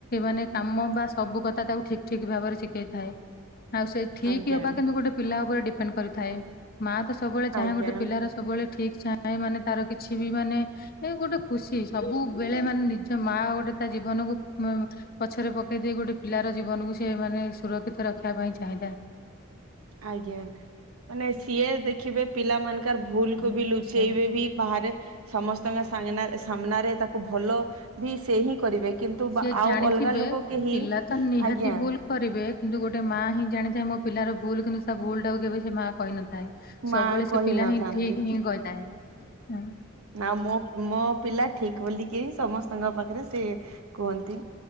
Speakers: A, on the left; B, on the right.
A: ମାନେ କାମ ବା ସବୁ କଥା ତାକୁ ଠିକ୍ ଠିକ୍ ଭାବରେ ଶି ହେଇଥାଏ ଆଉ ସେ ଠିକ୍
B: ଆଜ୍ଞା।
A: ହବା କିନ୍ତୁ ଗୋଟେ ପିଲା ଉପରେ ଡିପେଣ୍ଡ କରିଥାଏ। ମା ତ ସବୁବେଳେ ଚାହେଁ
B: ଆଜ୍ଞା
A: ଗୋଟେ ପିଲାର ସବୁବେଳେ ଠିକ ଚାଏଁ ମାନେ ତାର କିଛି ବି ମାନେ ଏ ଗୋଟେ ଖୁସି ସବୁବେଳେ ମାନେ ନିଜ ମା ଗୋଟେ ତା ଜୀବନକୁ ପଛରେ ପକେଇ ଦେଇେଇ ଗୋଟେ ପିଲାର ଜୀବନକୁ ସେ ମାନେ ସୁରକ୍ଷିତ ରଖିବା ପାଇଁ ଚାହିଁଥାଏ।
B: ଆଜ୍ଞା ମାନେ ସିଏ ଦେଖିବେ ପିଲା ମନ୍ ତାର ଭୁଲ କୁ
A: ଆଛା
B: ବି ଲୁଚେଇବେ ବି ବାହାରେ। ସମସ୍ତଙ୍କ ସାଗ୍ନାରେ ସାମ୍ନାରେ ତାକୁ ଭଲ ବି ସେ ହିଁ କରିବେ। କିନ୍ତୁ ବା
A: ସିଏ
B: ଆଉ
A: ଜାଣିଥିବେ
B: ଅଲଗା ଲୋକ କେହି
A: ପିଲା ତ ନିହାତି
B: ଆଜ୍ଞା
A: ଭୁଲ୍ କରିବେ କିନ୍ତୁ ଗୋଟେ ମା ହିଁ ଜାଣିଥାଏ ମୋ ପିଲାର ଭୁଲ କିିନ୍ତୁ ଭୁଲ୍ଟା କେବେ ସେ ମା କହିନଥାଏ।
B: ମା
A: ସବୁବେଳେ
B: କହିନଥାନ୍ତି।
A: ସେ ପିଲା ହିଁ ଠିକ୍ ହିଁ କହିଥାଏ।
B: ନା ମୋ ମୋ ପିଲା ଠିକ୍ ବୋଲିକି ହି ସମସ୍ତଙ୍କ ପାଖରେ ସେ କୁହନ୍ତି।